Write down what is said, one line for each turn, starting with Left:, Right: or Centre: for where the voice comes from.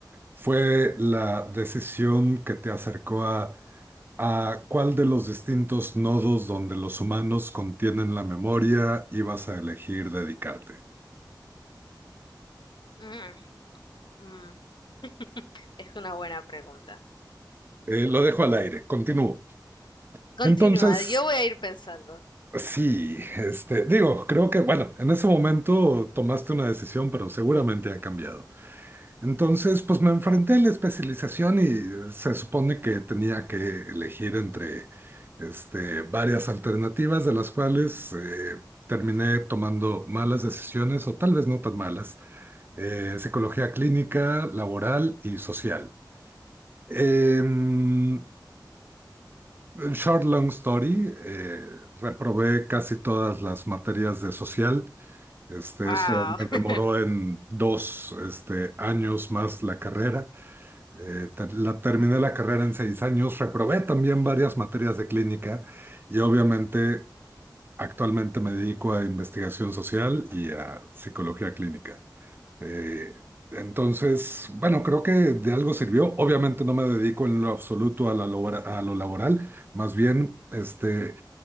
Right: ¿Fue la decisión que te acercó a, a cuál de los distintos nodos donde los humanos contienen la memoria ibas a elegir dedicarte?
Left: Mm, mm. <laughs> Es una buena pregunta.
Right: Eh, lo dejo al aire, continúo.
Left: Continúa,
Right: Entonces,
Left: yo voy a ir pensando.
Right: Sí, este, digo, creo que, bueno, en ese momento tomaste una decisión, pero seguramente ha cambiado. Entonces, pues me enfrenté a la especialización y se supone que tenía que elegir entre, este, varias alternativas, de las cuales eh, terminé tomando malas decisiones o tal vez no tan malas, eh, psicología clínica, laboral y social. Em, short long story, eh, reprobé casi todas las materias de social Este,
Left: Wow.
Right: eso me demoró
Left: <laughs>
Right: en dos este, años más la carrera. Eh, ter- la, terminé la carrera en seis años, reprobé también varias materias de clínica y obviamente actualmente me dedico a investigación social y a psicología clínica. Eh, entonces, bueno, creo que de algo sirvió. Obviamente no me dedico en lo absoluto a, la labora- a lo laboral, más bien este,